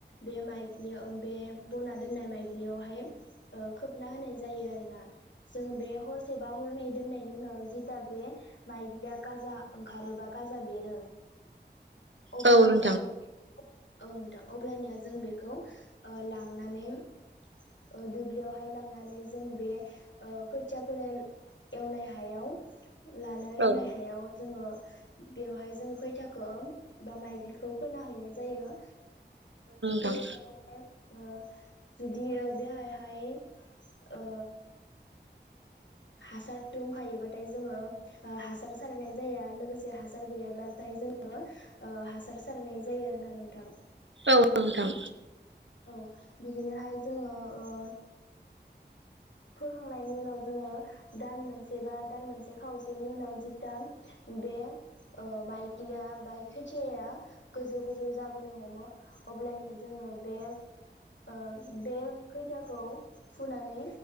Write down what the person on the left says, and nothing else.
बे माइग्लि या बे बना दोननाय माइ ग्लियावहाय ओ खोबना होनाय जायो आरोना जों बे हरसे बा हरनै दोननायनि उनाव जिदा बे माइग्लिया गाजा ओंखारोबा गाजा बेरो अब्लानिया
जों औ नोंथां अब्लानिया जों बेखौ ओ लांनानै ओ दुब्लियावहाय लांनानै जों बे ओ खैथियाफोरेल एवनाय हायाव लानो
एवनाय हायाव जोङो बेवहाय जों खैथाखौ बा माइग्लिखौ फोना हैैनाय जायो। बे
हायावहाय ओ जुदि ओ बेहायहाय ओ हासार दंखायोबाथाय जोङो ओ हासार सारनाय जाया लोगोसे हासार गैयाब्लाथाय जोङो ओ हासार सारनाय जायो आरो ना नोंथां
औ बिदिनोहाय जोङो ओ फोखांनायनि उनाव जोङो दान मोनसे बा दान मोनसे खावसेनि उनाव जिथाम बे ओ माइग्लिया बा खोथियाया गोजौ गोजौ जाबोनो हमो अब्लानो जोङो बे ओ बे खैथिखौ फुनानै